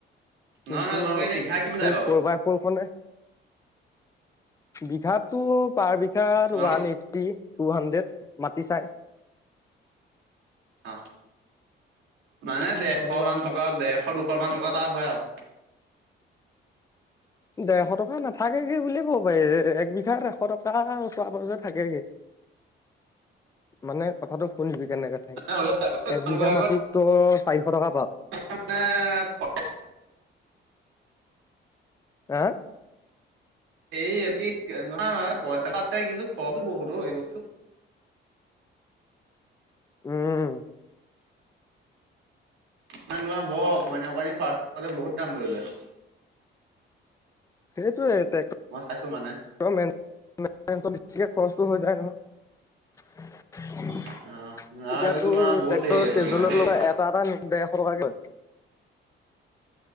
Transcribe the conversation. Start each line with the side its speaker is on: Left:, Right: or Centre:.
Right: নহয়
Left: কিন্তু
Right: নহয় তোমালোকৰ এনে বিঘা কিমান
Left: তোৰ
Right: যায় বাৰু
Left: ফ'ৰ বাই ফ'ৰ খনে বিঘাটো পাৰ বিঘাত
Right: তোমালোক
Left: ওৱান এইটটি টু হাণ্ড্ৰেড, মাটি চাই।
Right: অ' মানে ডেৰশ
Left: এনেকুৱা
Right: মান
Left: কথা।
Right: টকা ডেৰশ দুশ মান টকা এটা আপ হয় আও
Left: ডেৰশ টকা নাথাকেগে বুলি ক'ব পাৰি, এক বিঘা এশ টকা ওচৰে পাজৰে থাকেগে। মানে কথাটো শুনিবি কেনেকে থাকে,
Right: হ'লেও আকৌ তোমালোকৰ
Left: এক বিঘা
Right: আকৌ
Left: মাটিত তই চাৰিশ টকা পাৱ।
Right: <unintelligible>
Left: হে
Right: এই কি নহয় পইচাটো আছে কিন্তু খৰছো বহুত অ এই বস্তুত।
Left: উম
Right: মানে তোমাৰ বৰ অকনি অকনি পাৰ্টছবোৰত বহুত দাম লৈ লয়।
Left: সেইটোয়ে, টে
Right: মই চাইছো মানে
Left: তোমাৰ মণ্টেনেঞ্চত বেছিকে খৰচটো হৈ যায় নহয়।
Right: অ আৰু
Left: এতিয়া
Right: এইটো
Left: তোৰ
Right: তোমাৰ বহুত
Left: ট্ৰেক্টৰ
Right: হেৰি আছে
Left: কেজুৱেলত
Right: কিন্তু দেই
Left: লগা এটা এটা ডেৰশ টকাকে লয়